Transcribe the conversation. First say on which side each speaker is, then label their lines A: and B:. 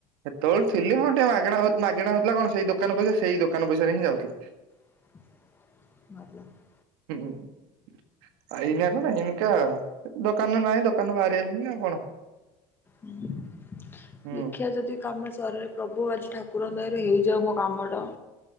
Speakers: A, on the right (about 85°); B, on the left (about 15°).
A: ଏତେବେଳୁ ଥିଲି ହଁ ଟିକେ ମାଗଣା ମାଗେଣା ହଉଥିଲା କଣ ସେଇ ଦୋକାନ ପଇସା ସେଇ ଦୋକାନ ପଇସାରେ ହିଁ ଯାଉଥିଲା
B: <unintelligible>
A: ହୁଁ ଆଇନିଆ କ ଇନକା ଦୋକାନ ନାଇଁ ଦୋକାନରୁ ବାହାରି ତୁ ନା ଆଉ କଣ
B: ହ ଦେଖିବା
A: ହୁଁ।
B: ଯଦି କାମ ସରରେ ପ୍ରଭୁ ଆଜି ଠାକୁର ଦୟରେ ହେଇଯାଉ ମ ବାମଡ଼